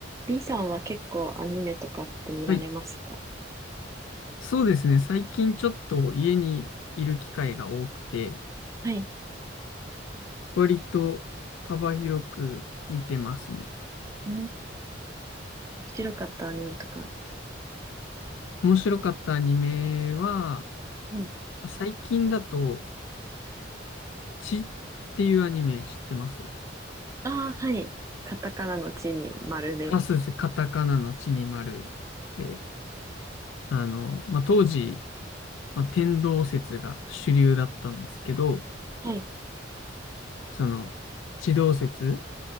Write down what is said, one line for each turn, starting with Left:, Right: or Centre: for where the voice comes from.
Right: B さんは結構アニメとかって見られますか
Left: はい、そうですね。最近ちょっと家にいる機会が多くて、
Right: はい。
Left: 割と幅広く見てますね。
Right: うん、面白かったアニメとか。
Left: 面白かったアニメは、
Right: うん。
Left: 最近だと、血っていうアニメ知ってます
Right: ああ、はい。カタカナの地に丸で。
Left: あ、そうですね。カタカナの血に丸で、あの、まあ、当時、まあ、天動説が主流だったんですけど、
Right: はい。
Left: その、地動説